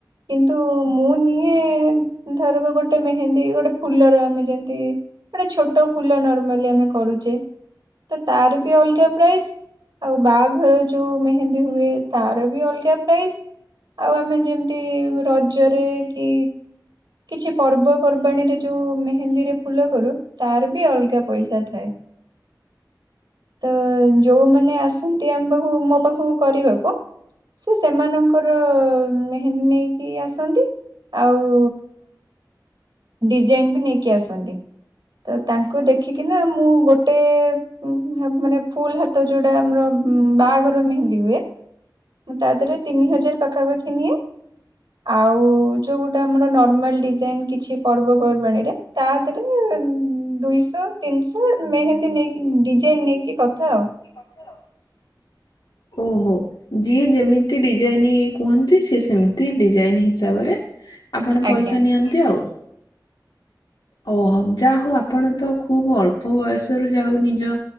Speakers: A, on the right; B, on the left.
A: କିନ୍ତୁ ମୁଁ ନିଏ ଧରକ ଗୋଟେ ମେହେନ୍ଦୀ ଗୋଟେ ଫୁଲର ଆମେ ଯେମତି ଗୋଟେ ଛୋଟ ଫୁଲ ନର୍ମାଲି ଆମେ କରୁଚେ ତ ତାର ବି ଅଲଗା ପ୍ରାଇସ୍ ଆଉ ବାହାଘରରେ ଯୋଉ ମେହେନ୍ଦୀ ହୁଏ ତାର ବି ଅଲଗା ପ୍ରାଇସ୍। ଆଉ ଆମେ ଯେମିତି ରଜରେ କି କିଛି ପର୍ବପର୍ବାଣୀରେ ଯୋଉ ମେହେନ୍ଦୀରେ ଫୁଲ କରୁ ତାର ବି ଅଲଗା ପଇସା ଥାଏ। ତ ଯୋଉମାନେ ଆସନ୍ତି ଆମ ପାଖକୁ ମୋ ପାଖକୁ କରିବାକୁ ସେ ସେମାନଙ୍କ କର ମେହେନ୍ଦୀ ନେଇକି ଆସନ୍ତି ଆଉ ଡିଜାଇନ୍ ବି ନେଇକି ଆସନ୍ତି ତ ତାଙ୍କୁ ଦେଖିକିନା ମୁଁ ଗୋ ଟେ ହା ମାନେ ଫୁଲ୍ ହାତ ଯୋଉଟା ଆମର ବାହାଘର ମେହେନ୍ଦି ହୁଏ ମୁଁ ତା ଧେରେ ତିନି ହଜାର ପାଖାପାଖି ନିଏ। ଆଉ ଯୋଉ ଗୋଟା ଆମର ନର୍ମାଲ୍ ଡିଜାଇନ୍ କିଛି ପର୍ବପର୍ବାଣୀରେ ତା ଦେହରେ ଦୁଇଶହ ତିନିଶହ ମେହେନ୍ଦୀ ନେଇକି ଡିଜାଇନ୍ ନେଇକି କଥା ଆଉ।
B: କଥା ଆଉ ଓହୋ ଯିଏ ଯେମି ତି ଡିଜାଇନ୍ କୁହନ୍ତି ସିଏ ସେମିତି ଡିଜାଇନ୍ ହିସାବରେ ଆପଣ ପଇସା
A: ଆଜ୍ଞା
B: ନିଅନ୍ତି ତି ଆଉ। ଓ ହୋ ଯା ହଉ ଆପଣ ତ ଖୁବ୍ ଅଳ୍ପ ବୟସରୁ ଯା ହଉ ନିଜ